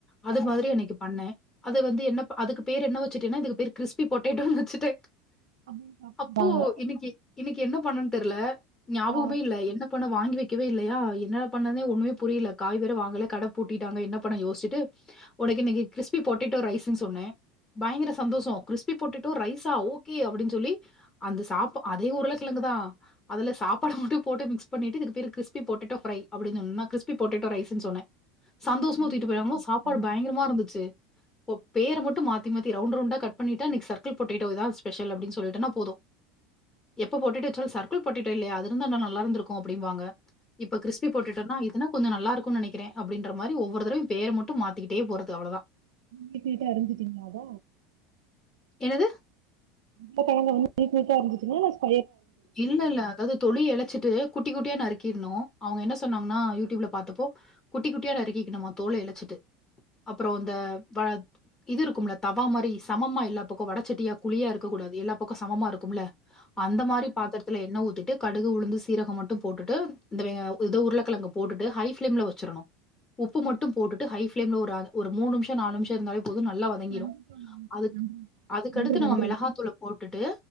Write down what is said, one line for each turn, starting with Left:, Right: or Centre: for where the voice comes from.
Left: அது
Right: ஆ
Left: மாதிரி அன்னைக்கு பண்ணே அது வந்து என்ன அதுக்கு பேர் என்ன வச்சுட்டேன்னா இதுக்கு பேர் கிறிஸ்பி பொட்டேட்டோன்னு வச்சுட்டே
Right: அப்டின்னு சாப்ட்டுக்கிறாங்க
Left: அப்போ இன்னைக்கு இன்னைக்கு என்ன பண்ணன்னு தெரியல ஞாபகமே
Right: ஆ
Left: இல்ல என்ன பண்ண வாங்கி வைக்க வக்கவே இல்லையா என்னா பண்ணனே ஒண்ணுமே புரியல காய் வேற வாங்கல கட பூட்டிட்டாங்க என்ன பண்ண யோசிச்சிட்டு ஒனக்கு இன்னைக்கு கிறிஸ்பி பொட்டேட்டோ ரைஸ்ன்னு சொன்னே பயங்கர சந்தோஷோ கிறிஸ்பி பொட்டேடோ டோ ரைஸா ஓகே அப்டின் சொல்லி அந்த சாப்ப அதே உருல கிழங்குதா அதுல சாப்பாடு மட்டு போட்டு மிக்ஸ் பண்ணிட்டு இதுக்கு பேர் கிறிஸ்பி பொட்டேடோ ப்ரை அப்டின்னு கிறிஸ்பி பொட்டேட்டோ ரைஸ்ன்னு சொன்னே சந்தோஷமா
Right: அந்த
Left: தூக்கிட்டு
Right: மாரி
Left: போயிறாங்ளா
Right: சாப்ட்டுக்கிறாங்க
Left: சாப்பாடு பயங்கரமா இருந்துச்சு பேர மட்டு மாத்தி மாத்தி ரவுண்ட் ரவுண்டா கட் பண்ணிட்டா இன்னைக்கு சர்க்கிள் பொட்டேட்டோ இதா ஸ்பெஷல் அப்டின்னு சொல்லிட்டனா போது எப்ப பொட்டேடோ வச்சாலு சர்க்கிள் பொட்டேட்டோ இல்லையா அது இருந்தானா நல்லா இருந்துருக்கு அப்படிம்பாங்க இப்ப கிறிஸ்பி பொட்டேடோனா இதன கொஞ்ச நல்லா இருக்குனு நெனக்குறே அப்டின்ற மாரி ஓவ்வொரு தடவையு பேர மட்டு மாத்திக்கிட்டே போறது அவ்ளதா
Right: நீட் நீட்டா அறிஞ்சுட்டீங்களா அத
Left: என்னது
Right: உருளக்கெழங்க நீட் நீட்டா அறிஞ்சுட்டீங்களா இல்ல ஸஃ
Left: இல்ல இல்ல அதாவது தொலிய எழச்சிட்டு குட்டி குட்டியா நறுக்கிறணு அவுங்க என்ன சொன்னாங்கனா யூடியூப்ல பாத்தப்போ குட்டி குட்டியா நறுக்கிக்கணுமா தோல எழச்சிட்டு அப்பறோ இந்த வ இது இருக்குல தவா மாரி சமமா எல்லா பக்கோ வடச்சட்டியா குழியா இருக்கக் கூடாது எல்லா பக்கோ சமமா இருக்கும்ல அந்த மாரி பாத்திரத்ல எண்ண ஊத்திட்டு கடுகு உளுந்து சீரகம் மட்டும் போட்டுட்டு இந்த இதோ உருளக்கெழங்க போட்டுட்டு ஹை பிளேம்ல வச்சிறணு உப்பு மட்டும் போட்டுட்டு ஹை பிளேம்ல ஒரு ஒரு மூனு நிமிஷோ நாலு நிமிஷோ இருந்தாலே போது நல்லா
Right: தோழி
Left: வதங்கிடு
Right: நன்றி தோழி
Left: அது
Right: நன்றி
Left: அதுக்கடுத்து
Right: நன்றி
Left: நம்ப
Right: நன்றி
Left: மெளகாத்தூள போட்டுட்டு